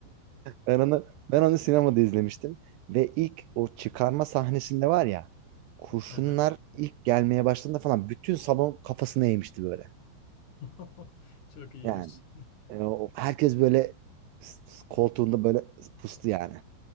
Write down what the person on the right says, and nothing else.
Ben onu ben onu sinemada izlemiştim ve ilk o çıkarma sahnesinde var ya kurşunlar
ilk gelmeye başladığında falan bütün salon kafasına eğmişti böyle.
Yani e, o- herkes böyle s- s- koltuğunda böyle pustu yani.